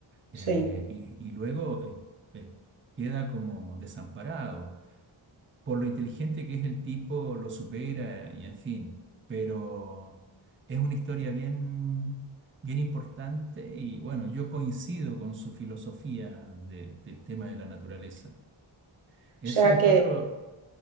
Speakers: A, on the right; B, on the right.
A: eh,
B: Sí.
A: y, y luego eh, eh, queda como desamparado por lo inteligente que es el tipo, lo supera y en fin, pero es una historia bien, bien importante y bueno, yo coincido con su filosofía de- del tema de la naturaleza. Ese
B: O sea
A: es
B: que,
A: otro,